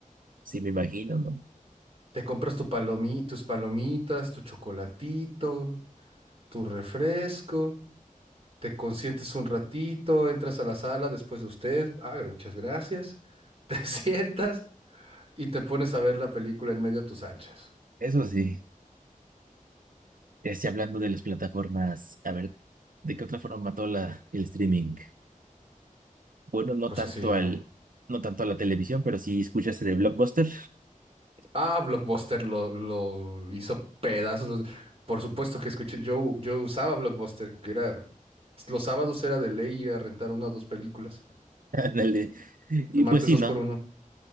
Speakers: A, on the right (about 75°); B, on the right (about 45°).
A: sí, me imagino, ¿no?
B: Te compras tu palomi, tus palomitas, tu chocolatito, tu refresco te consientes un ratito, entras a la sala después de usted, ah, muchas gracias, <laughs> te sientas y te pones a ver la película en medio de tus anchas.
A: Eso sí. Este, hablando de las plataformas, a ver, ¿de qué otra forma mató la, el streaming? Bueno, no
B: Pues
A: tanto
B: así, Ro.
A: al, no tanto a la televisión, pero sí escuchaste de Blockbuster.
B: Ah, Blockbuster lo, lo hizo pedazos. los- Por supuesto que escuché, yo, yo usaba Blockbuster, que era, los sábados era de ley ir a rentar una o dos películas,
A: <laughs> Ándale. Y
B: los martes
A: pues sí,
B: dos
A: ¿no?
B: por uno.